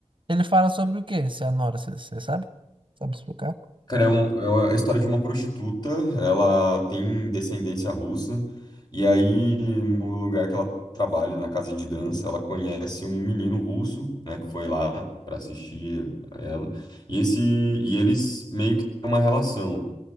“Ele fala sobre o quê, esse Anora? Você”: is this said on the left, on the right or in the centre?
Right